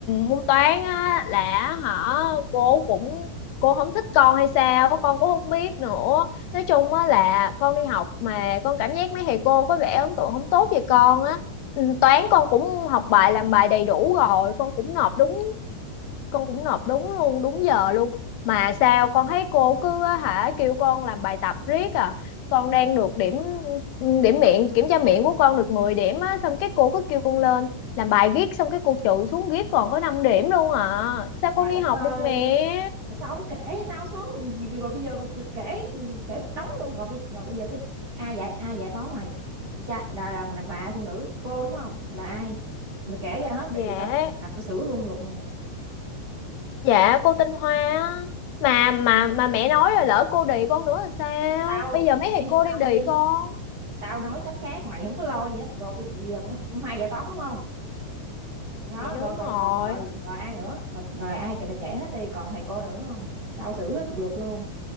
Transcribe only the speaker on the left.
môn toán á là hả cô cũng cô không thích con hay sao á, con cũng không biết nữa. Nói chung á là con đi học mà con cảm giác mấy thầy cô có vẻ ấn tượng không tốt về con á. Ừ, Toán con cũng học bài làm bài đầy đủ rồi, con cũng nộp đúng con cũng nộp đúng luôn đúng giờ luôn mà sao con thấy cô cứ á hả kêu con làm bài tập riết à con đang được điểm điểm miệng kiểm tra miệng của con được 10 điểm á xong cái cô cứ kêu con lên làm bài riết xong cái cô trừ xuống riết còn có 5 điểm luôn à sao
con đi
học
được mẹ
dạ
dạ cô tinh Hoa á. mà mà mà mẹ nói rồi lỡ cô đì con nữa là sao
bây giờ mấy thầy
cô
đang đì
con
dạ đúng
rồi